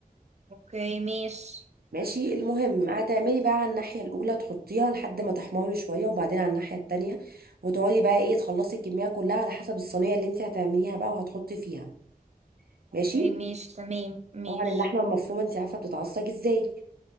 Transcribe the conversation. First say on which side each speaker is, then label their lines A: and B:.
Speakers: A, on the right; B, on the right.
A: اوكي ماشي
B: ماشي المهم هتعملي بقى على الناحية الأولى تحطيها لحد ما تحمر شوية وبعدين على الناحية التانية وتقعدي بقى ايه تخلصي الكمية كلها على حسب الصينية اللي انت هتعمليها بقى وهتحطي فيها
A: اوكي
B: ماشي
A: ماشي تمام ماشي
B: طبعا اللحمه المفرومه انت عارفه بتتعصج ازاي